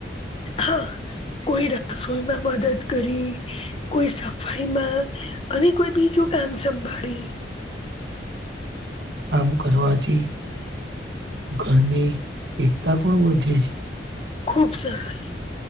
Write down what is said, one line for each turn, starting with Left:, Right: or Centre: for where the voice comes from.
Left: હા કોઈ રસોઈમાં મદદ કરી, કોઈ સફાઈમાં, અને કોઈ બીજું કા ન સંંભાળી.
Right: આમ કરવાથી ઘરની એકતા પણ વધે છે.
Left: ખુબ સરસ.